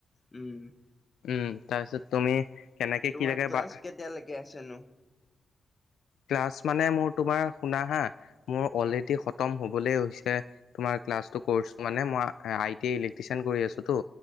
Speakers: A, on the left; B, on the left.
A: উম
B: উম। তাৰপিছত তুমি কেনেকে
A: তোমাৰ
B: কি লাগে
A: ক্লাছ
B: বা
A: কেতিয়ালৈকে আছেনো?
B: ক্লাছ মানে, মোৰ তোমাৰ শুনা হা- মোৰ অলৰেডি
A: উম
B: সত -তম হবলৈ হৈছে তোমাৰ ক্লাছটো কোৰ্চ মানে, মই আ - আই টি আই ইলেক্ট্ৰিচিয়ান কৰি আছোতো